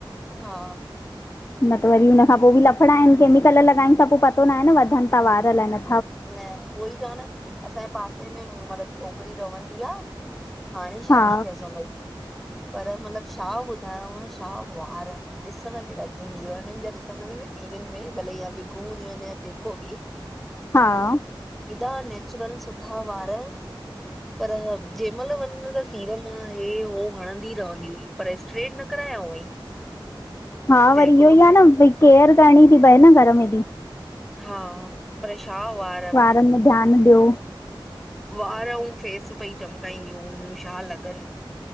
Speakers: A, in the centre; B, on the left.
A: हा!
B: न त वरी हुनखां पो बि लफड़ा आहिन। केमिकल लॻाइन त पो बि पतो नाए न वधन था वार अलाए न?
A: न, उहोई चवां न। असांजे पासे में मतलब छोकरी रवंदी आ हाणे शादी
B: हा
A: थियस हुनजी। पर मतलब छा ॿुधायांव। छा वार। ॾिसण जहिड़ा। जीअं हीरोइन जा, ॾिसंदा आहियूं न टीवी में। भले विग हूंदियूं आहिनि या जेको बि।
B: हा
A: एॾा नेचुरल सुठा वार पर, जंहिंमाल वञ न त सीरम या हि उह हणंदी रहंदी हुई। पर स्ट्रेट न कराया हुअईं।
B: हा!
A: त
B: वरी
A: हिकु
B: इहो
A: दफ़ो
B: ई आहे न। भई केयर करणी थी पए न घर में बि।
A: हा! परे <unintelligible>
B: नि में ध्यानु ॾियो।
A: वार औ फेस पई चिमकाईंदियूं हुयूं छा लॻनि